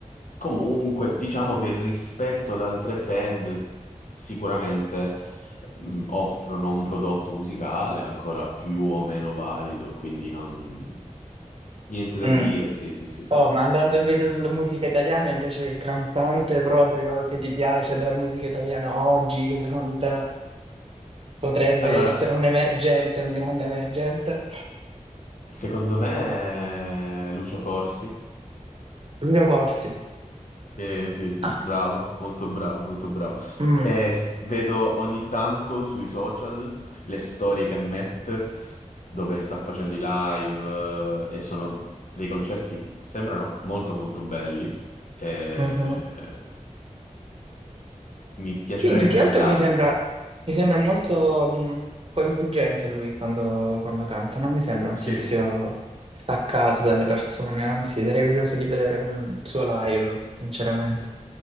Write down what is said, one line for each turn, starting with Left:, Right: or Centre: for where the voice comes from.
Left: comunque diciamo che rispetto ad altre band s- sicuramente mh, offrono un prodotto musicale ancora più o meno valido, quindi non... niente da
Right: Mm.
Left: dire, sì, sì, sì, sì.
Right: Oh, ma andando invece sulla musica italiana, invece il cantante proprio che ti piace della musica italiana oggi, che secondo te potrebbe
Left: Allora...
Right: essere un emergente, un grande emergente,
Left: Secondo me è Lucio Corsi.
Right: Lucio Corsi.
Left: Sì, sì, sì,
Right: Ah,
Left: bravo, molto bravo, molto bravo.
Right: mm,
Left: Eh, s- vedo ogni tanto sui social le storie che mette dove sta facendo i live eh, e sono dei concerti, sembrano molto molto belli. Eh,
Right: mhm.
Left: mi piacerebbe
Right: Sì, più che
Left: andare.
Right: altro mi sembra, mi sembra molto mm, coinvolgente lui quando, quando canta, non mi sembra un
Left: Sì,
Right: tizio staccato dalle persone, anzi sarei curioso di vedere un suo live, sinceramente.